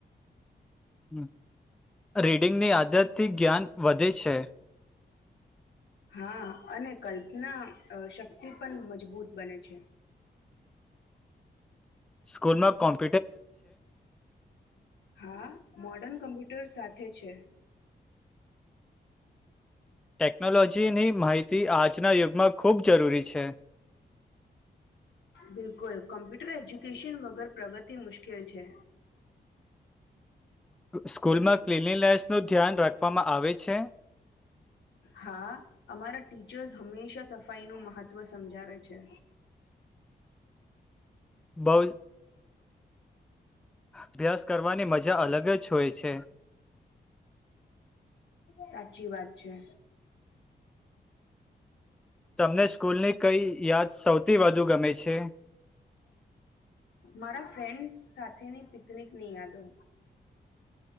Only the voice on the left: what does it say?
હા અને કલ્પના શક્તિ પણ મજબૂત બને છે.
હા, મોર્ડન કમ્પ્યુટર્સ. સાથે છે.
બિલકુલ કમ્પ્યુટર એજ્યુકેશન વગર પ્રગતિ મુશ્કેલ છે.
હા. અમારા ટીચર્સ હંમેશા સફાઈ નું મહત્વ સમજાવે છે.
સાચી વાત છે.
મારા ફ્રેન્ડ્સ સાથેની પિકનિકની યાદો